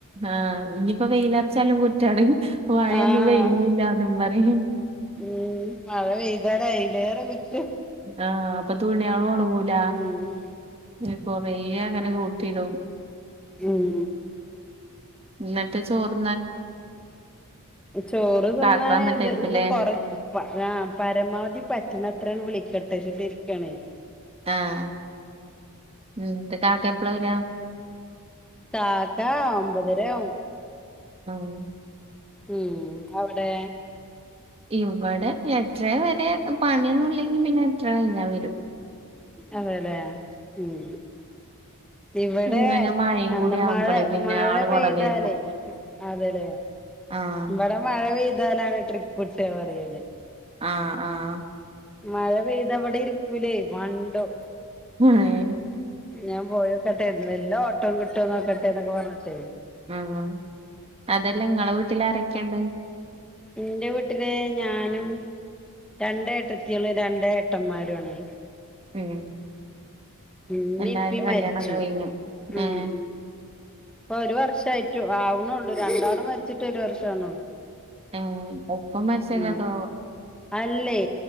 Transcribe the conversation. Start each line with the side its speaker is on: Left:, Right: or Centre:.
Right: ആഹ് ഇനിയിപ്പോ വെയിലാർച്ചാലും കുറ്റാണ് മഴയൊന്നും
Centre: ആഹ്
Right: പെയ്യുന്നില്ല അതും പറയും.
Centre: ഉം മഴ പെയ്താൽ അതിലേറെ കുറ്റം.
Right: ആഹ് അപ്പൊ തുണയാളും ഓണങ്ങൂല
Centre: ഉം
Right: ഇപ്പം കൊറേ അങ്ങനെ കൂട്ടിടും
Centre: ഉം
Right: എന്നിട്ട് ചോറ്
Centre: ചോറ് തിന്നാണ്
Right: കാക്ക വന്നിട്ടായിരിക്കുംല്ലേ
Centre: ഇത് ഇത് കറി ആഹ് പരമാവധി പറ്റണ അത്രാണ് വിളിച്ചിട്ടിരിക്കാണ്
Right: ആഹ് ഉം കാക്ക എപ്പളാ വരാ
Centre: കാക്ക ഒമ്പതരയാവും
Right: ആഹ്
Centre: ഉം അവിടെ
Right: ഇവിടെ എട്ടര വരെ പണിയൊന്നും ഇല്ലെങ്കിൽ പിന്നെ എട്ടര കഴിഞ്ഞാ വരും
Centre: അതെല്ലേ ഉം ഇവിടെ
Right: അങ്ങനെ മഴയും
Centre: എന്താ
Right: കൂടി ആവുമ്പോളേ
Centre: മഴ
Right: പിന്നെ
Centre: മഴ
Right: ആള് കുറവ്
Centre: പെയ്താലേ
Right: പേർക്കും
Centre: അതെല്ലേ
Right: ആഹ്
Centre: ഇവിടെ മഴ പെയ്താലാണ് ട്രിപ്പ് കിട്ടുക പറല്
Right: ആഹ് ആഹ്
Centre: മഴ പെയ്ത അവിടെ ഇരിക്കൂല മണ്ടും
Right: ഏഹ്
Centre: ഞാൻ പോയോക്കട്ടെന്ന് വല്ല ഓട്ടം കിട്ടുമോന്നോക്കട്ടെ എന്നൊക്കെ പറഞ്ഞിട്ടേ
Right: ആഹ് അതെല്ലാം നിങ്ങളെ വീട്ടിൽ ആരൊക്കണ്ട്
Centre: എൻ്റെ വീട്ടില് ഞാനും രണ്ടേ ഏട്ടത്തിള് രണ്ടേ ഏട്ടന്മാരാണ്
Right: ഉം
Centre: ഇമ്മിം
Right: എല്ലാരും
Centre: ഇപ്പും
Right: കല്യാണൊക്കെ
Centre: മരിച്ചു
Right: കഴിഞ്ഞു
Centre: ഉം
Right: ഏഹ്
Centre: ഉം ഇപ്പൊ ഒരു വർഷം ആവണേള്ളൂ രണ്ടാളും മരിച്ചിട്ട് ഒരു വർഷമാ വണുള്ളൂ
Right: ആഹ് ഒപ്പം മരിച്ചതോ
Centre: ഉം അല്ലേ